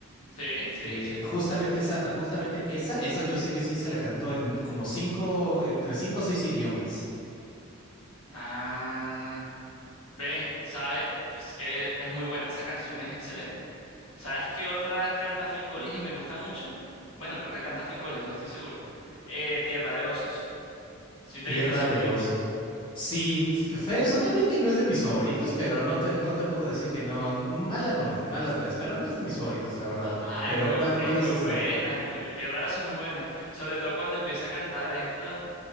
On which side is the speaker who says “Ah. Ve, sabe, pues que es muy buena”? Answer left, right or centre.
Left